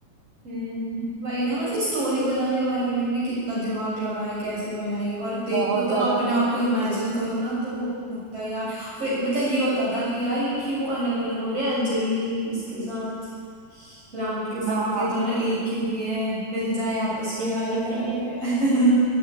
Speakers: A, on the right (about 40°); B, on the right (about 65°).
A: हम्म वही ना मतलब स्टोरी बनाने वाले ने भी कितना दिमाग लगाया कैसे बनाई और देखो
B: बहुत ज्यादा
A: तो अपने आप को इमेजिन करो ना तो लगता है यार फिर मतलब ये होता था कि यार ये क्यों अलग अलग हो रहे हैं अंजलि उसके साथ राहुल के साथ
B: हाँ
A: ये दोनों एक क्यों नहीं है मिल जाए आपस में
B: एक
A: अलग
B: क्यों
A: अलग
B: नहीं
A: हो
B: है
A: रहे हैं <laughs>